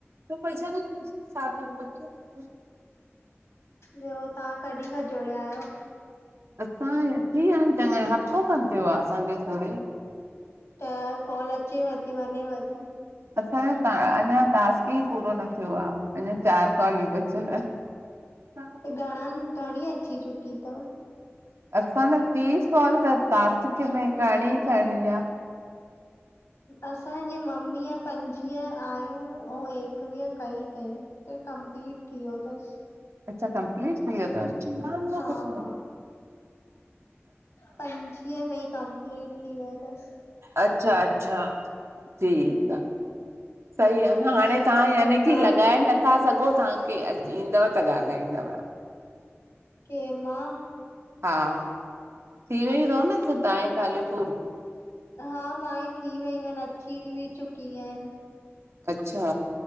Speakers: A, on the right; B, on the left.
A: त पैसा दो साठ रुपया <unintelligible>
B: ॿियो तव्हां कॾहिं खा जुड़िया आहियो
A: असां थी विया आहिन चडा हफ़्तो खन थियो आ असांखे जुड़े
B: त कॉल अचेव ती वञेव ती
A: असांजो अञा टास्क ई पूरो न थियो आ अञा चार कॉलियूं बचियल अनि कहा <inaudible>
B: त घणन घणी अची चुकी तव
A: असां न तीस कॉल त टास्क में करिणी करिणी आ
B: असांजी मम्मीअ पंजवीह आयूं ऐं एकवीह कई तई त कंप्लीट थी वयो तस
A: अच्छा कंप्लीट थी वयो तस
B: हा हा पंजवीह में ई कंपलीट थी वयो तस
A: अच्छा अच्छा ठीक
B: हम्म
A: आ सही आ न हाणे
B: ॿियो
A: तव्हां यानी
B: त तव्हां
A: की लॻाए नथा सगो तव्हांखे अॼु ईंदव त ॻाल्हाईंदव
B: केर मां
A: हा थी वयूं तव न तव्हांजी कालियूं पूरियूं
B: हा मां ई थी वयूं आहिन अची बि चुकि आहिन
A: अच्छा